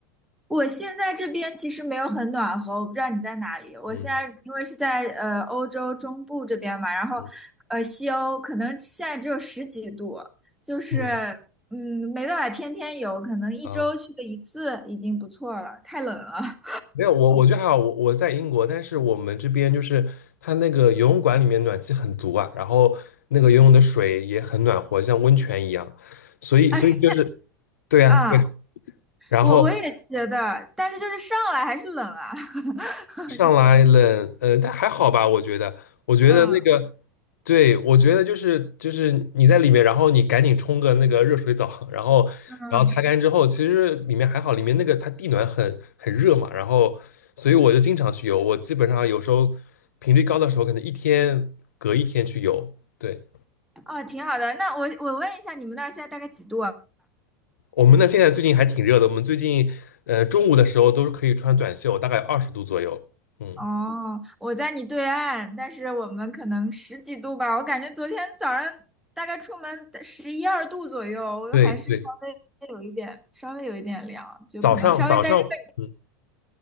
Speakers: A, in the centre; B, on the left (about 70°).
A: 我现在这边其实没有很暖和，我不知道你在哪里。我现在因为是在呃欧洲中部这边嘛，
B: 嗯
A: 然后呃西欧可能现在只有十几度，
B: 嗯
A: 就是
B: 嗯
A: 嗯没办法天天游，可能一周去个一次已经不错了，
B: 啊，
A: 太冷了。
B: 没有，我我觉得还好，我我在英国，但是我们这边就是它那个游泳馆里面暖气很足啊，然后那个游泳的水也很暖和，像温泉一样，
A: <laughs>
B: 所以所以就是
A: 啊，是
B: 对呀、
A: 啊。
B: 对，
A: 啊
B: 然后。
A: 我我也觉得，但是就是上来还是冷啊，<laughs>
B: 上来冷，
A: 你会，
B: 呃，但还好吧，我觉得，我觉得那个，
A: 嗯
B: 对，我觉得就是就是你在里面，然后你赶紧冲个那个热水澡，然后然后擦干之后，
A: 嗯，
B: 其实里面还好，里面那个它地暖很很热嘛，然后所以我就经常去游，我基本上有时候频率高的时候，可能一天隔一天去游。对，
A: 哦，挺好的。那我我问一下，你们那儿现在大概几度啊？
B: 我们呢现在最近还挺热的，我们最近呃中午的时候都是可以穿短袖，大概二十度左右。嗯，
A: 哦，我在你对岸，但是我们可能十几度吧。我感觉昨天早上大概出门十一二度左右，我还是稍微有一点，
B: 对对，
A: 稍微有一点凉，就可能稍微再热一点
B: 早上早上。嗯。